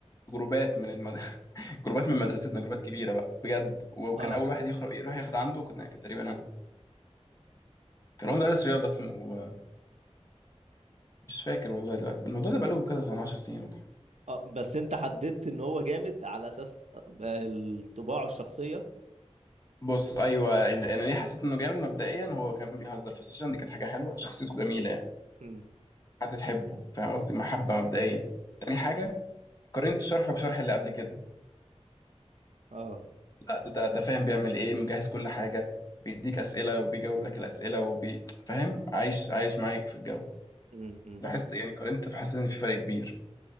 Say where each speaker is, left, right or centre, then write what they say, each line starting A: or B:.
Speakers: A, on the left; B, on the right.
A: جروبات من المد... <laughs> جروبات من مدرستنا جروبات كبيره بقى بجد وكان
B: اه
A: اول واحد يخرج يروح ياخد عنده كنت كان تقريبا انا كان هو مدرس رياضه اسمه مش فاكر والله دلوقتي الموضوع ده بقاله كذا سنه 10 سنين ولا حاجة.
B: اه بس انت حددت ان هو جامد على اساس الطباع والشخصية
A: بص ايوه انا ليه حسيت انه جامد مبدئيا هو كان بيهزر في السيشن دي كانت حاجه حلوه شخصيته جميله يعني
B: امم
A: هتتحبه فاهم قصدي محبة مبدئية تاني حاجة قارنت شرحه بشرح اللي قبل كده
B: اه
A: لا ده ده ده فاهم بيعمل ايه مجهز كل حاجة بيديك أسئلة وبيجاوب لك الأسئلة وبي فاهم عايش عايش معاك في الجو
B: امم امم
A: لاحظت يعني قارنت فحسيت إن في فرق كبير